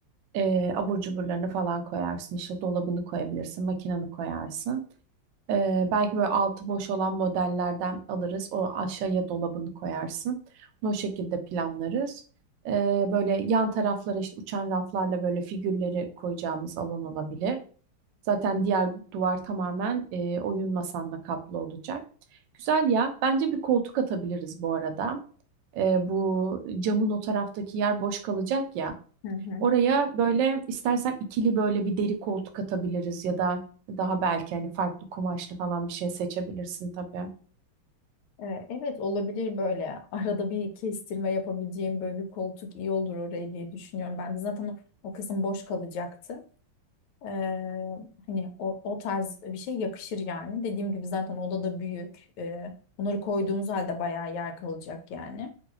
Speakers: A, on the right; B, on the left.
A: e, abur cuburlarını falan koyarsın. İşte dolabını koyabilirsin, makinanı koyarsın. E, belki böyle altı boş olan modellerden alırız. O aşağıya dolabını koyarsın. Bunu o şekilde planlarız. E, böyle yan taraflara işte uçan raflarla böyle figürleri koyacağımız alan olabilir. Zaten diğer duvar tamamen e, oyun masanla kaplı olacak. Güzel ya. Bence bir koltuk atabiliriz bu arada. E, bu camın o taraftaki yer boş kalacak ya.
B: Hı hı.
A: Oraya böyle istersen ikili böyle bir deri koltuk atabiliriz ya da daha belki hani farklı kumaşlı falan bir şey seçebilirsin tabii.
B: Ee, Evet olabilir böyle arada bir kestirme yapabileceğim böyle bir koltuk iyi olur oraya diye düşünüyorum. Ben de zaten o, o kısım boş kalacaktı. Ee, hani o, o tarz bir şey yakışır yani. Dediğim gibi zaten odada büyük. Ee, bunları koyduğumuz halde bayağı yer kalacak yani.